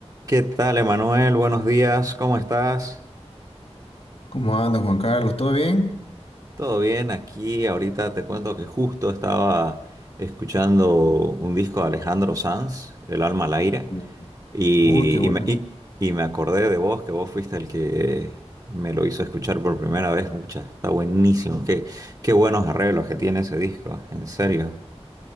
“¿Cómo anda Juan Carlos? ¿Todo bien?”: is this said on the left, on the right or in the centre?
Left